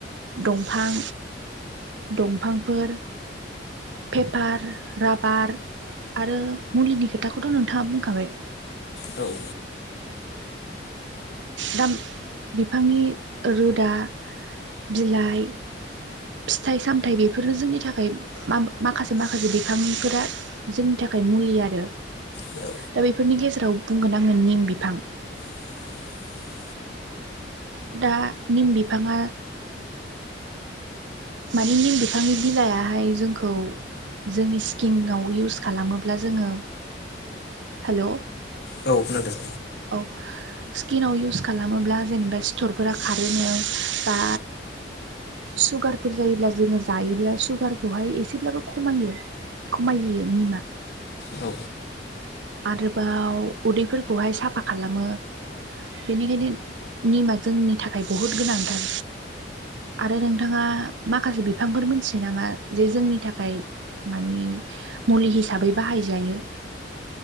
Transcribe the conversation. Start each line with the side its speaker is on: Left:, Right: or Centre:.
Right: दंफां दंफांफोर पेपार, राबार आरो मुलिनि खोथाखौथ' नोंथाङा बुंखाबाय
Left: औ
Right: दा बिफांनि रोदा बिलाय फिथाइ-सामथाय बेफोरनो जोंनि थाखाय मा-माखासे माखासे बिफांफोरा जोंनि थाखाय मुलि आरो
Left: औ औ
Right: दा बेफोरनि गेजेराव बुंगोन आङो निम बिफां
Left: <inaudible>
Right: दा निम बिफाङा माने निम बिफांनि बिलायाहाय जोंखौ जोंनि स्किंआव इउस खालामोब्ला जोङो हेल'
Left: औ खोनादों।
Right: औ स्किनाव इउस खालामोब्ला जेनेबा सिथरफोरा खारोनो बा सुगारफोर जायोब्ला जोङो जायोब्ला सुगारखौहाय एसेब्लाबो खमायो। खमायहोयो निमा।
Left: औ
Right: आरोबाव उदैफोरखौहाय साफा खालामो। बेनिखायनो निमा जोंनि थाखाय बहुद गोनांथार। आरो नोंथाङा माखासे बिफांफोर मोनथियो नामा जे जोंनि थाखाय मानि मुलि हिसाबै बाहायजायो।